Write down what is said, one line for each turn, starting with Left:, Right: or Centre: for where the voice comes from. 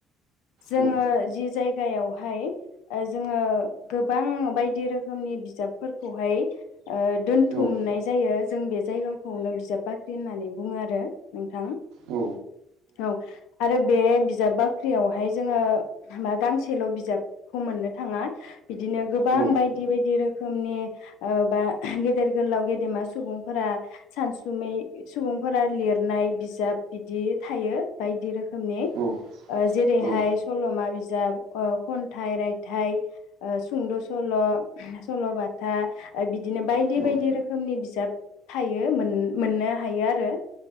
Left: जोङो
Right: औ
Left: जि जायगायावहाय ओ जोङो गोबां बायदि रोखोमनि बिजाबफोरखौहाय ओ दोनथुमनाय
Right: औ
Left: जायो जों बे जायगाखौनो बिजाब बाख्रि होननानै बुङो आरो नोंथां
Right: औ
Left: औ आरो बे बिजाब बाख्रियावहाय जोङो मा गांसेल बिजाबखौ मोननो थाङा। बिदिनो गोबां
Right: औ
Left: बायदि बायदि रोखोमनि ओ बा गेदेर गोलाव गेदेमा सुबुंफोरा सानसुमै सुबुंफोरा लिरनाय बिजाब बिदि थायो बायदि रोखोमनि
Right: औ
Left: ओ जेरैहाय
Right: औ
Left: सलमा बिजाब ओ खन्थाइ रायथाइ ओ सुंद सल सलबाथा ओ बिदिनो बायदि
Right: औ
Left: बायदि रोखोमनि बिजाब थायो मोन मोननो हायो आरो